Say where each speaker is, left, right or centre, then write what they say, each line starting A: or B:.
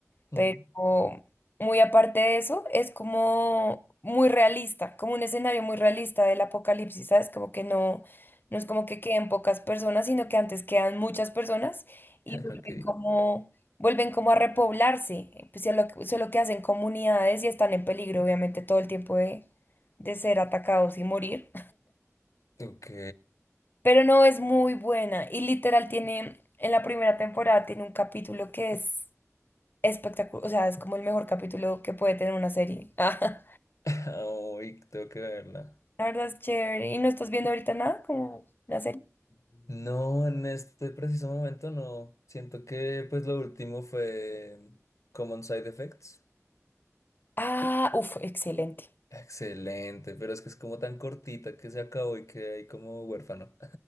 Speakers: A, on the left (about 75°); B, on the left (about 40°).
A: Mm.
B: pero
A: <laughs>
B: muy aparte de eso, es como muy realista, como un escenario muy realista del apocalipsis, ¿sabes? Como que no, no es como que queden pocas personas, sino que antes quedan muchas personas y vuelven
A: Ok,
B: como, vuelven como a repoblarse, eh, pues, solo, solo que hacen comunidades y están en peligro, obviamente, todo el tiempo de, de ser atacados y morir.
A: ok.
B: Pero no es muy buena y literal tiene, en la primera temporada tiene un capítulo que es espectacular, o sea, es como el mejor capítulo que puede tener una serie. <laughs>
A: <laughs> Uy, tengo que verla.
B: Ah, La verdad es chévere. ¿Y no estás viendo ahorita nada como una serie?
A: No, en este preciso momento no. Siento que pues lo último fue mm, Common Side Effects.
B: Ah, uff, excelente.
A: Excelente, pero es que es como tan cortita que se acabó y que hay como huérfano.